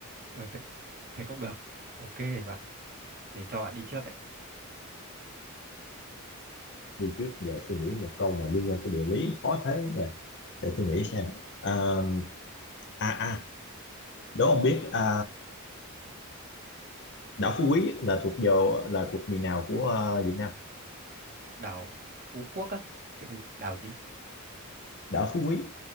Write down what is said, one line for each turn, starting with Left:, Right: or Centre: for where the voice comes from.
Right: Ừ, thế cũng được ok bạn thì cho bạn đi trước đấy
Left: Đi trước giờ suy nghĩ một câu mà liên quan tới địa lý khó thế nè. Để tôi nghĩ xem. À, à, à đố ông biết à, đảo Phú Quý là thuộc vào là thuộc miền nào của à, Việt Nam?
Right: đảo Phú Quốc á cái gì đảo gì
Left: đảo Phú Quý